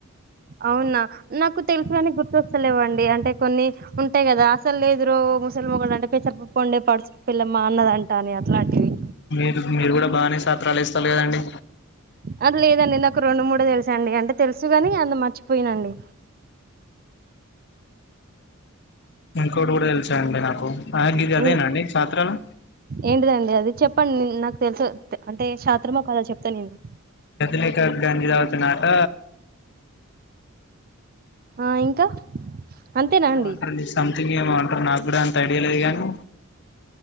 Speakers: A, on the right; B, on the left.
A: అవునా నాకు తెలుసుడానికి గుర్తొస్తలేవండి అంటే కొన్ని ఉంటాయి కదా అసలు ఎదురు ముసలిమ కూడా అంటే పేసరపప్పు ఉండే పడుచ పిల్లమ్మా అన్నదా అంటాని అట్లాంటివి
B: మీరు మీరు కూడా బాగానే సత్రాలు ఇస్తారు కదండి
A: అది లేదండి నాకు రెండు మూడు తెలుసా అండి అంటే తెలుసుగాని అంత మర్చిపో పోయినండి
B: ఇంకోటి కూడా తెలిసా అండి నాకు గిది అదేనాండి
A: ఏ
B: పాత్రాలు
A: ఏంటిదండి అది నాకు తెలుసు అంటే శాత్రమ్మకు అలా చెప్తాను నేను
B: కథలేఖ గాంధీద అవుతున్నాట
A: ఆ ఇంకా అంతేనా
B: ఏమ
A: అండి
B: అంటారు నీ సంథింగ్ ఏమో అంటారు నాకు కూడా అంత ఐడియా లేదు గానీ